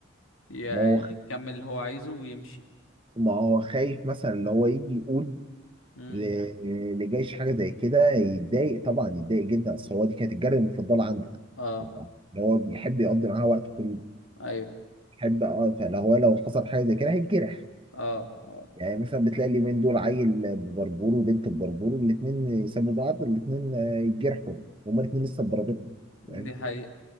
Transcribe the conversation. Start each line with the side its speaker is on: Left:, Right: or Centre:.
Left: ي-
Right: ما هو
Left: يكمل اللي هو عايزه ويمشي
Right: ما هو خايف مثلا اللي هو يجي يقول
Left: امم
Right: ل- اللي جايش حاجه زي كده يتضايق طبعا يتضايق جدا اصل هو دي كانت الجاريه المفضله عنده
Left: اه
Right: يعني هو بيحب يقضي معاها وقت كله
Left: ايوه
Right: بيحب اه فلو هو لو حصل حاجه زي كده هيتجرح
Left: اه اه
Right: يعني مثلا بتلاقي اليومين دول عيل ببربور وبنت ببربور الاثنين يسابوا بعض الاثنين يتجرحوا هما
Left: م-
Right: الاثنين لسه ببربرهم
Left: دي
Right: فاهم
Left: حقيقة